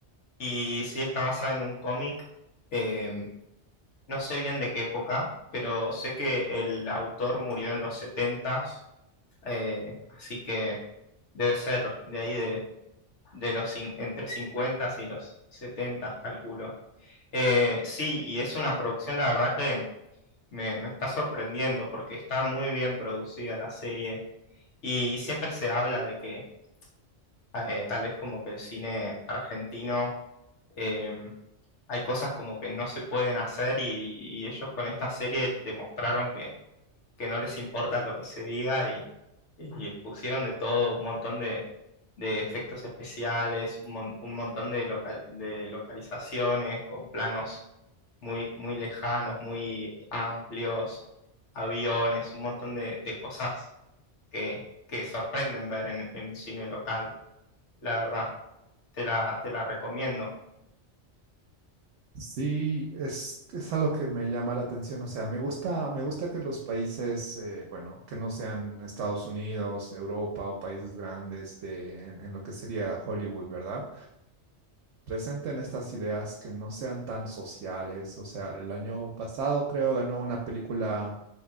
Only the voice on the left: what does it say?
y sí está basada en un cómic. em, no sé bien de qué época, pero sé que el autor murió en los 70 eh, así que debe ser de ahí de, de los cin- entre 50 y los 70 calculo. Eh, sí, y es una producción, la verdad que me, me está sorprendiendo porque está muy bien producida la serie y siempre se habla de que eh, tal vez como que el cine argentino... em, hay cosas como que no se pueden hacer y, y ellos con esta serie demostraron que, que no les importa lo que se diga y pusieron de todo, un montón de, de efectos especiales, un, mon- un montón de, local- de localizaciones con planos muy, muy lejanos, muy amplios, aviones, un montón de, de cosas que, que sorprenden ver en, en cine local, la verdad, te la, te la recomiendo.